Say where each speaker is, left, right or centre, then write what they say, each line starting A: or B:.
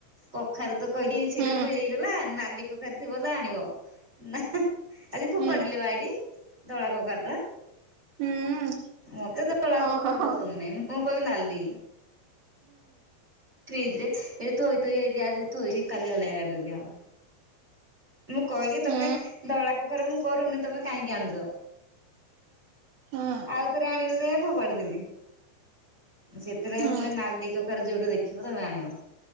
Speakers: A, on the right; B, on the right.
A: କଖାରୁତ କହିଲି ସେଇଟା
B: ହୁଁ
A: ମିଳିଗଲା ନାଲି କଖାରୁ ଥିବ ବୋଲେ ଆଣିବ ନା ଆଜିି ଫୋପାଡ଼ିଲେପା
B: ହୁଁ
A: ଏଇଠି ଧଳା କଖାରୁଟା
B: ହୁଁ
A: ମତେ ଧଳା କଖାରୁ
B: ଓହୋ। ହୁଁ
A: ପସନ୍ଦ ନାହିଁ ମୁଁ କହିବି ନାଲି। ଫିଜରେ ଏବେ ଥୋଇ ଥୋଇ ଆଇ ଆଜି ଥୋଇଛି କାଲି ଅଳିଆ ଗାଡ଼ିରେ ଦିଆହବ। ମୁଁ କହିଲି ତମେ
B: ହୁଁ
A: ଧଳା କୁଖାର ମୁଁ କରୁନି ତମେ କାହିଁକି ଆଣୁଚ
B: ହୁଁ
A: ଆଉ ଥରେ ଆଣିଲିଯେ ଫୋପାଡ଼ି ଦେଲି। ସେଥିଲାଗି
B: ହୁଁ।
A: କହିନି ନାଲି କଖାରୁ ଯୋଉଠୁ ଦେଖିବ ତମେ ଆଣିବ।